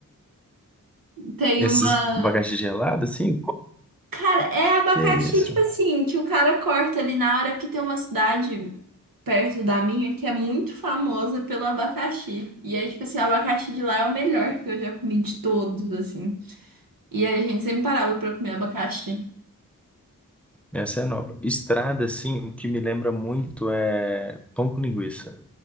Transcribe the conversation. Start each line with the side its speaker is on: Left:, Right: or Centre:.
Right: <laughs> Tem
Centre: Esses
Right: uma
Centre: abacaxi gelado, assim, pô,
Right: Cara, é abacaxi,
Centre: que isso?
Right: tipo assim, que o cara corta ali na hora, porque tem uma cidade perto da minha que é muito famosa pelo abacaxi. E aí, tipo assim, o abacaxi de lá é o melhor que eu já comi de todos, assim. E aí a gente sempre parava pra comer abacaxi.
Centre: Essa é nova. Estrada, assim, o que me lembra muito é pão com linguiça.